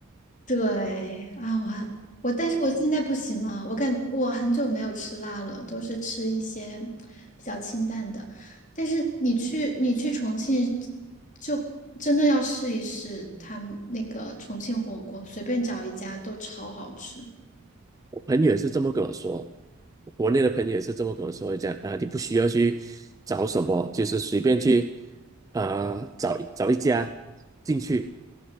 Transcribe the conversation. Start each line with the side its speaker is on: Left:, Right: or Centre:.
Left: 对啊，我还我，但是我现在不行了，我感我很久没有吃辣了，都是吃一些比较清淡的。但是你去你去重庆，就真的要试一试他们那个重庆火锅，随便找一家都超好吃。
Right: 朋友也是这么跟我说，国内的朋友也是这么跟我说，讲啊、你不需要去找什么，就是随便去啊、找找一家进去